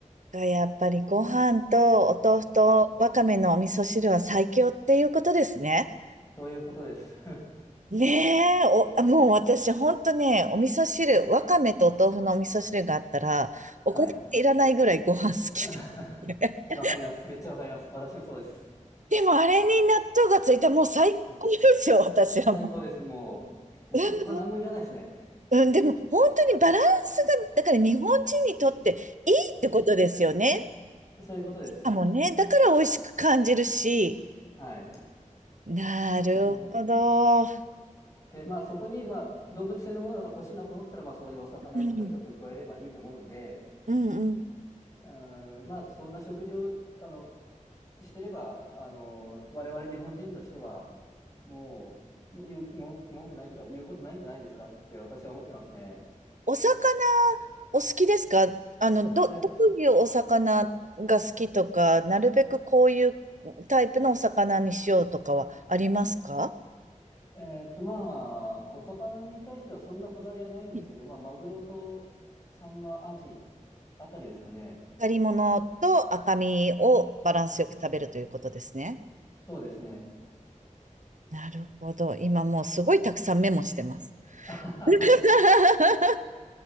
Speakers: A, on the right (about 70°); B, on the left (about 25°).
A: か、やっぱりご飯とお豆腐とわかめのお味噌汁は最強っていうことですね。
B: はい。そういうことです。<laughs>
A: ねえ、お、もう私、ほんとね、お味噌汁、わかめとお豆腐のお味噌汁があったら、
B: はい。
A: おかずいらないぐらいご飯好き
B: <laughs>
A: で。<laughs>
B: わかります。めっちゃわかります。私もそうです。
A: でも、あれに納豆がついたらもう最高ですよ、
B: うん。
A: 私はも
B: 最高です。もう、
A: う。
B: もうほ他何もいらないですね。
A: <laughs> うん、でも、本当にバランスが、だから日本人にとっていいってことですよね。
B: はい。そういうことです。
A: あ、もうね、だから美味しく感じるし。
B: はい。
A: なるほど。
B: もう、
A: う
B: で、まあそこに、まあ動物性のものが欲しいなと思ったら、まあそこにお魚とかちょっと加えればいいと思うんで、
A: ん、うん、うん。
B: うーん、まあそんな食事を、あの、してれば、あの、我々日本人としては、もう、もう言う、文句文句ないというか、言うことないんじゃないですかって私は思ってますね。
A: お魚お好きですかあの、ど、
B: だい、
A: どういうお魚が好きとか、なるべくこういうタイプのお魚にしようとかはありますか
B: えーっと、まあ、お魚に対してはそんなこだわりはないんですけど、
A: うん
B: まあ、マグロとサンマ、アジあたりですかね。
A: 光り物と赤身をバランスよく食べるということですね。
B: はい。そうですね。
A: なるほど。今もうすごいたくさんメモしてます。
B: <laughs> あはは
A: <laughs>